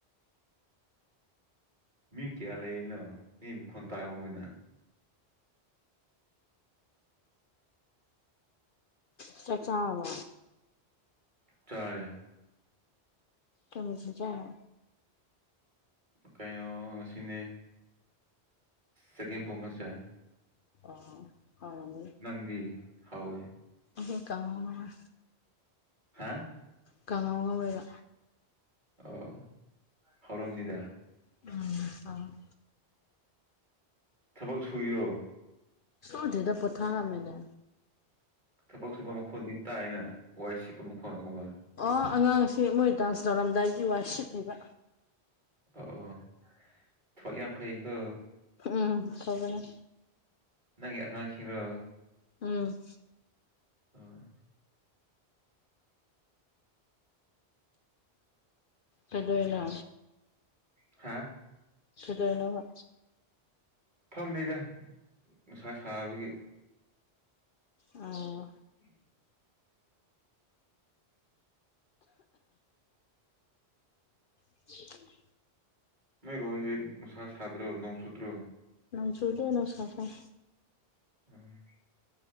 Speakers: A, on the right; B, on the left.
A: ꯃꯤ ꯀꯌꯥ ꯂꯩꯔꯤꯅꯣ ꯃꯤ ꯐꯣꯟ <unintelligible>
B: ꯆꯥꯛ ꯆꯥꯔꯕꯣ
A: ꯆꯥꯔꯦ
B: ꯀꯩ ꯃꯊꯦꯜ ꯆꯥꯏꯅꯣ
A: ꯀꯩꯅꯣ ꯉꯁꯤꯅꯦ ꯆꯒꯦꯝ ꯄꯣꯝꯕ ꯆꯥꯏ
B: ꯑꯣ ꯍꯥꯎꯔꯝꯒꯅꯤ
A: ꯅꯪꯗꯤ ꯍꯥꯎꯋꯦ
B: ꯑꯈꯣꯏ ꯀꯥꯡꯉꯧ ꯉꯧꯋꯦ
A: ꯍꯥꯥ
B: ꯀꯥꯡꯍꯧ ꯉꯧꯋꯦꯕ
A: ꯑꯣ ꯍꯥꯎꯔꯝꯅꯤꯗ
B: ꯎꯝ ꯍꯥꯎꯋꯦ
A: ꯊꯕꯛ ꯁꯨꯏꯔꯣ
B: ꯁꯨꯗꯦꯗ ꯄꯣꯊꯥꯔꯝꯃꯤꯅꯦ
A: ꯊꯕꯛ ꯁꯨꯕ ꯃꯈꯣꯟꯗꯤ ꯇꯥꯏꯅ ꯋꯥꯏ ꯁꯤꯠꯄ ꯃꯈꯣꯟ ꯒꯨꯝꯕ
B: ꯑꯣ ꯑꯉꯥꯡꯁꯤꯡ ꯃꯣꯏ ꯗꯥꯟꯁ ꯇꯧꯔꯝꯗꯥꯏꯒꯤ ꯋꯥꯏ ꯁꯤꯠꯂꯤꯕ
A: ꯑꯣ ꯑꯣ ꯊꯕꯛ ꯌꯥꯝ ꯐꯩꯀꯣ
B: ꯎꯝ ꯐꯕꯅꯦ
A: ꯅꯪꯒꯤ ꯑꯉꯥꯡꯁꯤꯡꯔꯣ
B: ꯎꯝ
A: ꯑꯣ
B: ꯀꯩꯗꯧꯔꯤꯅꯣ
A: ꯍꯥ
B: ꯀꯩꯗꯧꯔꯤꯅꯣꯕ
A: ꯐꯝꯔꯤꯗꯥ ꯅꯨꯡꯁꯥ ꯁꯥꯕꯒꯤ
B: ꯑꯣ
A: <unintelligible>
B: <unintelligible>
A: ꯅꯣꯏ ꯔꯣꯝꯗꯗꯤ ꯅꯨꯡꯁꯥ ꯁꯥꯗ꯭ꯔꯣ ꯅꯣꯡ ꯆꯨꯗ꯭ꯔꯣ
B: ꯅꯣꯡ ꯆꯨꯗꯦ ꯅꯨꯡꯁꯥ ꯁꯥꯏ
A: ꯎꯝ